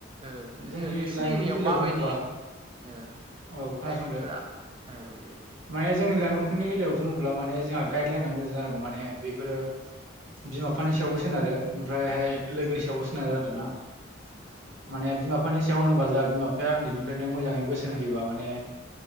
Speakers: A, on the right (about 25°); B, on the right (about 75°).
A: ओ जो-
B: जोंनि
A: नोंसिनि
B: लाइमोनफोरनि
A: एरियायाव
B: बेलायाव
A: माबायदि
B: बुङोबा
A: ओ
B: औ खोनासंदो
A: लाइमोनफोरा ओ दे दे
B: माने जोंनि लाइमोनफोरनि बेलायाव बुङोब्ला माने जोंहा गाइद लाइना मोजां जानांगौ माने बेफोरो
A: आदसा आदसा
B: बिमा
A: आदसा
B: बिफानि
A: आदसा
B: सायावबो सोनारो ओमफ्रायहाय
A: उम
B: लोगोनि सायावबो सोनारो आरो ना।
A: आदसा आदसा
B: माने बिमा बिानि सायाव होनोबा जोंहा बिमा बिफाया उन्दैनिफ्रायनो मोजाङै बोसोन होयोबा माने